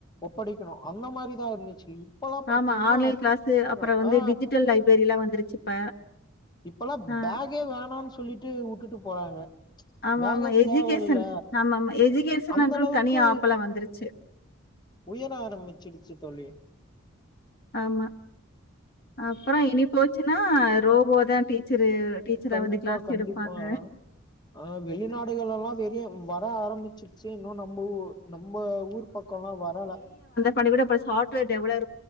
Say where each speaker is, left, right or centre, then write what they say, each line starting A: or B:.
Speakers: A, on the left; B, on the left.
A: ஒப்படைக்கணு அந்த மாரிதா இருந்துச்சு இப்பல்லா பாத்தீங்கன்னா
B: ஆமா ஆன்லைன் கிளாஸ் அப்புறோ
A: அ
B: வந்து
A: ஆ
B: டிஜிட்டல் லைப்ரரி எல்லா வந்துருச்சு இப்ப
A: இப்பல்லா
B: ஆ
A: பேக்கே வேணாம்னு சொல்லிட்டு வுட்டுட்டு போறாங்க
B: ஆமா
A: பேகே
B: ஆமா எஜுகேஷன்
A: தேவயில்ல
B: ஆமா ஆமா எஜுகேஷன்க்கு
A: அந்த அளவுக்கு
B: தனியா ஆப்பலா வந்துருச்சு
A: உயர ஆரம்பிச்சிடுச்சு தோழி
B: ஆமா அப்புறோ இனி போச்சுன்னா ரோபோ தா டீச்சரு டீச்சரா
A: கண்டிப்பா
B: வந்து கிளாஸ்
A: கண்டிப்பா
B: எடுப்பாங்க
A: ஆ வெளிநாடுகள் எல்லா வெளிய வர ஆரம்பிச்சி இன்னு நம்ம ஊர் நம்ம ஊர் பக்கம்லா வரல
B: பண்ணி கூட அப்ப சாஃப்வேர் டெல